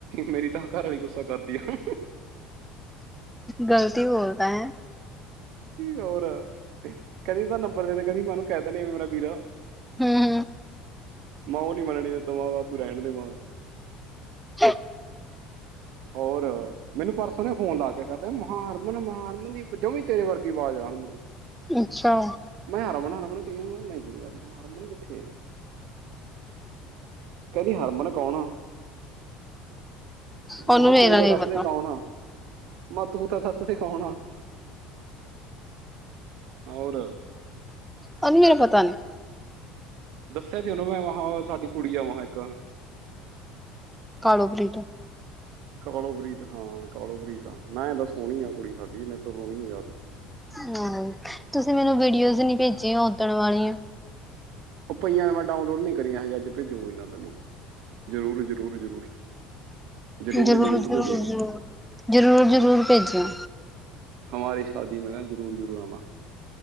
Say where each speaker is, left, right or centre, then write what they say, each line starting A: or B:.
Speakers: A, on the right; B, in the centre.
A: ਮੇਰੀ ਤਾਂ ਘਰ ਆਲੀ ਗੁੱਸਾ ਕਰਦੀ ਆ
B: ਗਲਤ ਹੀ ਬੋਲਤਾ ਹੈ
A: ਹੋਰ ਕਹਿੰਦੀ ਉਹਦਾ ਨੰਬਰ ਦੇਦੇ ਕਹਿੰਦੀ ਮੈਂ ਉਹਨੂੰ ਕਹਿ ਦਿੰਦੀ ਉਹ ਮੇਰਾ ਵੀਰਾ
B: ਹਮ ਹਮ
A: ਮਾ ਔ ਨੀ ਮੰਨਣੀ ਔਤ ਤੋਂ ਬਾਦ ਅ ਤੂੰ ਰੈਣ ਦੇ ਵਾ
B: <inaudible>
A: ਹੋਰ ਮੈਨੂੰ ਪਰਸੋਂ ਨੇ ਫੋਨ ਲਾ ਕੇਦੇ ਮਹਾਰਮਨ ਮਹਾਰਮਨ ਦੀ ਜਵਾ ਤੇਰੇ ਵਰਗੀ ਆਵਾਜ਼ ਆ। ਹਣ ਨੂੰ
B: ਅੱਛਾ
A: ਮੈਂ ਹਰਮਨ, ਹਰਮਨ ਕਹੀ ਆ ਮੈਂ ਨਹੀਂ ਯਾਰ ਹਰਮਨ ਕਿੱਥੇ। ਕਹਿੰਦੀ ਹਰਮਨ ਕੌਣ ਆ।
B: ਉਹਨੂੰ
A: ਮਹਾ
B: ਮੇਰਾ
A: ਤੂੰ ਤਾਂ
B: ਨਹੀਂ
A: ਦੱਸ
B: ਪਤਾ
A: ਦੇ ਕੌਣ ਆ। ਮੈਂ ਤੂੰ ਤਾਂ <unintelligible> ਔਰ
B: ਆਨੀ ਮੇਰਾ ਪਤਾ ਨੀ।
A: ਦੱਸਿਆ ਸੀ ਉਨੂੰ ਮੈਂ ਵਹਾਂ ਸਾਡੀ ਕੁੜੀ ਐ ਵਹਾਂ ਇੱਕ।
B: ਕਾਲੋ ਪ੍ਰੀਤ।
A: ਕਾਲੋ ਪ੍ਰੀਤ ਹਾਂ ਕਾਲੋ ਪ੍ਰੀਤ ਆ ਮੈਂ ਇਹ ਤਾਂ ਸੋਹਣੀ ਆ ਕੁੜੀ ਸਾਡੀ ਮੇ ਤੋਂ ਸੋਹਣੀ ਆ ਯਾ ਤੇ।
B: ਹਮ ਤੁਸੀਂ ਮੈਨੂੰ ਵੀਡੀਓਜ਼ ਨੀ ਭੇਜੇ ਉੱਦਣ ਵਾਲੀਆ।
A: ਉਹ ਪਈਆਂ ਨੇ ਮੈਂ ਡਾਊਨਲੋਡ ਨੀ ਕਰੀਆਂ ਹਜੇ ਅੱਜ ਭੇਜੂ ਕੋਈ ਨਾ ਤੈਨੂੰ ਜ਼ਰੂਰ-ਜ਼ਰੂਰ, ਜ਼ਰੂਰ। ਜ਼ਰੂਰ
B: ਜ਼ਰੂਰ-ਜ਼ਰੂਰ,
A: ਜ਼ਰੂਰ ਭੇਜੇਗੇ
B: ਜ਼ਰੂਰ-ਜ਼ਰੂਰ, ਜ਼ਰੂਰ ਭੇਜਿਓ।
A: ਹਮਾਰੀ ਸ਼ਾਦੀ ਮੈਂ ਨਾ ਜ਼ਰੂਰ-ਜ਼ਰੂਰ ਆਨਾ।